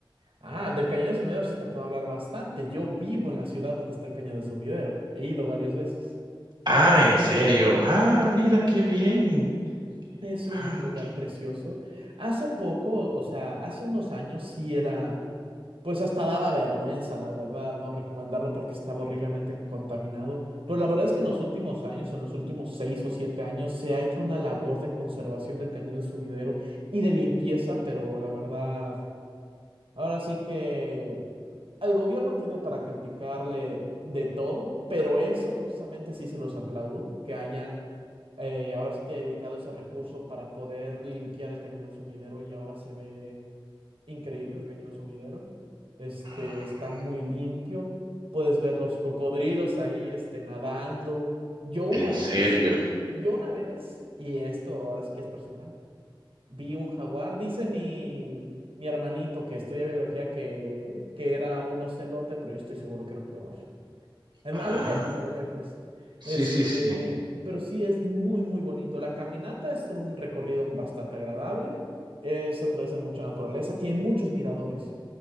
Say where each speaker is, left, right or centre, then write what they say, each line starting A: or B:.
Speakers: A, on the right; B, on the right.
A: Ah, del Cañón de Sumidero sí te puedo hablar bastante. Yo vivo en la ciudad donde está el Cañón de Sumidero. He ido varias veces.
B: Ah, en serio. Ah, mira
A: Sí,
B: qué bien.
A: Es un
B: Ah,
A: lugar
B: ok.
A: precioso. Hace poco, o sea, hace unos años sí era, pues hasta daba vergüenza, la verdad, no recomendarlo porque estaba horriblemente contaminado. Pero la verdad es que en los últimos años, en los últimos seis o siete años, se ha hecho una labor de conservación del Cañón del Subidero y de limpieza, pero la verdad, ahora sí que al gobierno tiene para criticarle de todo, pero eso precisamente sí se los aplaudo, que hayan eh, ahora sí que dedicado ese recurso para poder limpiar el cañón del sumidero y ahora se ve increíble el cañón del sumidero. Este
B: Ah,
A: está muy limpio, puedes ver los cocodrilos ahí este, nadando. Yo una
B: en
A: vez,
B: serio.
A: yo una vez, y esto ahora sí que es personal vi un jaguar. Dice mi, mi hermanito que estudia biología que, que era un ocelote, pero yo estoy seguro que era un jaguar. En-
B: Ah,
A: A lo lejos, a lo lejos.
B: sí,
A: Este,
B: sí, sí.
A: pero sí es muy, muy bonito. La caminata es un recorrido bastante agradable. Es a través de mucha naturaleza. Tiene muchos miradores.